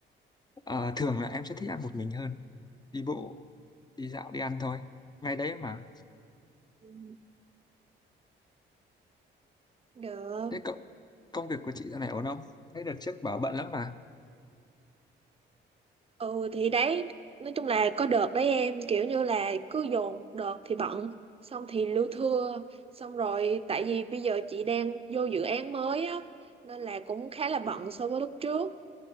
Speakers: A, on the left; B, on the right.
A: ờ, thường là em sẽ thích ăn một mình hơn đi bộ đi dạo đi ăn thôi ngay đấy mà
B: Ừ, Được.
A: thế cậu công việc của chị dạo này ổn không thế đợt trước bảo bận lắm mà
B: Ừ thì đấy, nói chung là có đợt đấy em kiểu như là cứ dồn một đợt thì bận, xong thì lưu thưa, xong rồi tại vì bây giờ chị đang vô dự án mới á nên là cũng khá là bận so với lúc trước,